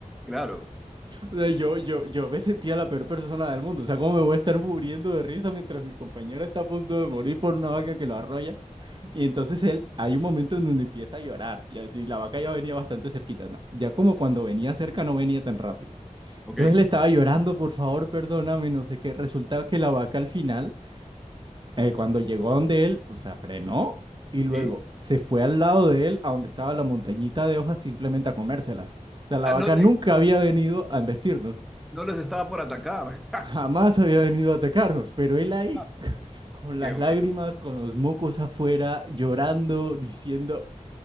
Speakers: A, in the centre; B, on the right.
A: claro.
B: O sea, yo, yo, yo me sentía la peor persona del mundo. O sea, ¿cómo me voy a estar muriendo de risa mientras mi compañera está a punto de morir por una vaca que lo arrolla? Y entonces él, hay un momento en donde empieza a llorar. Y a- y la vaca ya venía bastante cerquita, ¿no? Ya como cuando venía cerca no venía tan rápido.
A: Ok.
B: Entonces le estaba llorando, por favor, perdóname, no sé qué. Resulta que la vaca al final, eh, cuando llegó donde él, o sea, frenó y luego
A: Sí.
B: se fue al lado de él, a donde estaba la montañita de hojas, simplemente a comérselas. O sea, la
A: Ah,
B: vaca
A: No te,
B: nunca había venido a embestirnos.
A: no los estaba por atacar.
B: Jamás había venido a atacarnos, pero él ahí,
A: <laughs>
B: <laughs> con las
A: Qué bueno,
B: lágrimas, con los mocos afuera, llorando, diciendo,